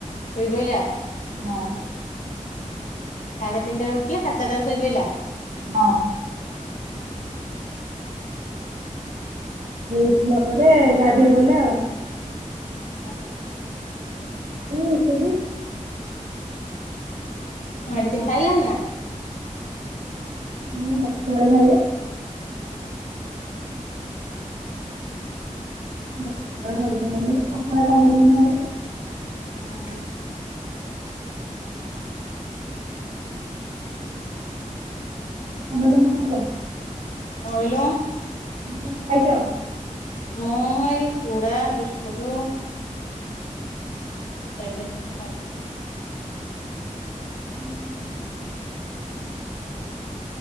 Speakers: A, on the left (about 75°); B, on the right (about 60°).
A: ଶୋଇପଇଲା।
B: ହଁ।
A: ସାଢେ ତିନିଟାରେ ଉଠିଲା, ସାଢେ ଚାରିଟା ରେ ଶୋଇ ପଇଲା।
B: ହଁ। ଉଠିଲା ପରେ ଗାଧେଇ ପଡ଼ିଲେ ଆଉ।
A: ହୁଁ।
B: <unintelligible>
A: ମେଡିସିନ ଖାଇଲାଣି ନା?
B: ଦଶଟା ବେଳେ ଖାଇବେ। ଦଶଟା ବେଳେ ଖାଇଛନ୍ତି <unintelligible>
A: ହୁଁ।
B: ତମେ କଣ ଖାଇଛ?
A: କଣ କହିଲୁ?
B: ତମେ କଣ ଖାଇଛ?
A: ମୁଁ ଏଇ ଚୁଡା, ବିସ୍କୁଟୁ <unintelligible>
B: <unintelligible>